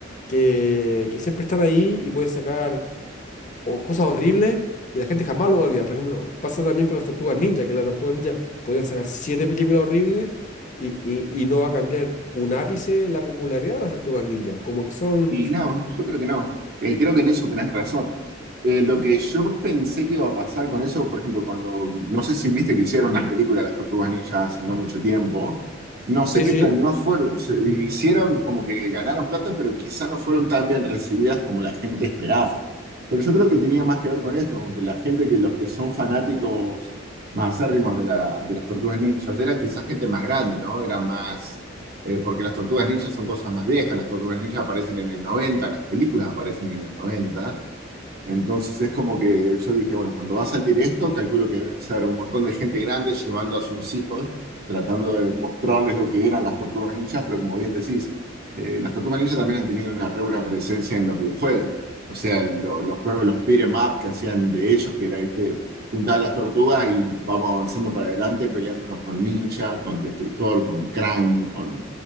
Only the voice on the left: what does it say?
que, que siempre están ahí y pueden sacar o cosas horribles y la gente jamás lo va a olvidar. Por ejemplo, pasa también con las tortugas ninja, que las tortugas ninja podían sacar siete películas horribles y, y- y no va a cambiar un ápice la popularidad de las tortugas ninja. Como que son...
Sí,
sí.